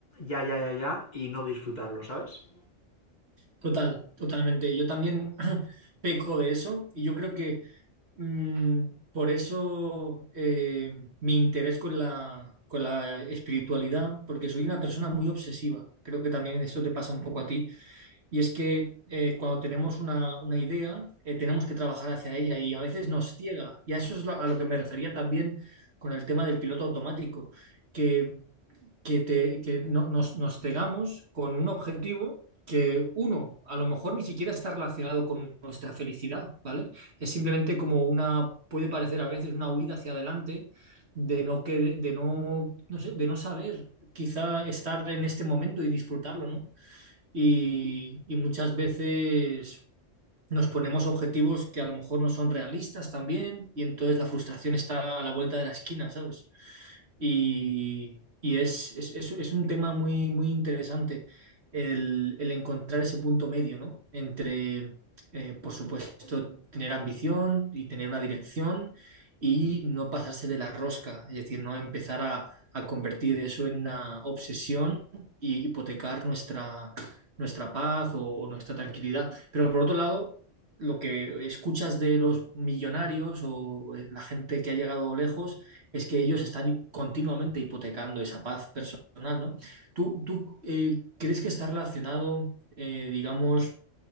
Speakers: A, on the left; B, on the right.
A: ya, ya, ya, ya y no disfrutarlo, ¿sabes?
B: Total, totalmente. Yo también <clears throat> peco de eso y yo creo que mm, por eso eh, mi interés con la, con la espiritualidad, porque soy una persona muy obsesiva. Creo que también esto te pasa un poco a ti. Y es que eh, cuando tenemos una, una idea, eh, tenemos que trabajar hacia ella y a veces nos ciega. Y a eso es lo- a lo que me refería también con el tema del piloto automático, que, que, te- que no- nos, nos cegamos con un objetivo que uno, a lo mejor ni siquiera está relacionado con nuestra felicidad, ¿vale? Es simplemente como una, puede parecer a veces una huida hacia adelante de no, que, de no, no sé, de no saber quizá estar en este momento y disfrutarlo, ¿no? y, y muchas veces nos ponemos objetivos que a lo mejor no son realistas también y entonces la frustración está a la vuelta de la esquina, ¿sabes? Y, y es, es, es- es un tema muy, muy interesante el, el encontrar ese punto medio, ¿no? Entre, eh, por supuesto, tener ambición y tener una dirección y no pasarse de la rosca, es decir, no empezar a, a convertir eso en una obsesión y hipotecar nuestra, nuestra paz o o nuestra tranquilidad. Pero por otro lado, lo que escuchas de los millonarios o eh, la gente que ha llegado lejos es que ellos están continuamente hipotecando esa paz personal, ¿no? ¿Tú, tú eh, crees que está relacionado, eh, digamos,